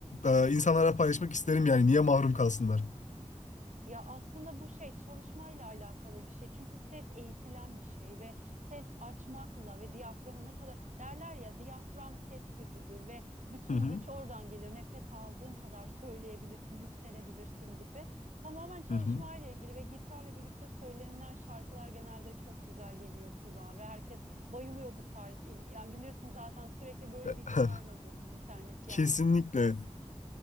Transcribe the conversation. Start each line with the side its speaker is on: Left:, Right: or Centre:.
Left: e, insanlara paylaşmak isterim yani niye mahrum kalsınlar.
Right: Ya aslında bu şey çalışmayla alakalı bir şey. Çünkü ses eğitilen bir şey ve ses açmakla ve diyaframın ne kadar derler ya diyafram ses gücüdür ve bütün
Left: Hı hı.
Right: güç oradan gelir. Nefes aldığın kadar söyleyebilirsin, yükselebilirsin gibi. Tamamen çalışmayla
Left: Hı hı.
Right: ilgili ve gitarla birlikte söylenilen şarkılar genelde çok güzel geliyor kulağa ve herkes bayılıyor bu tarz. Yani bilirsin zaten sürekli böyle
Left: <laughs>
Right: videolarla dolu internet yani.
Left: Kesinlikle.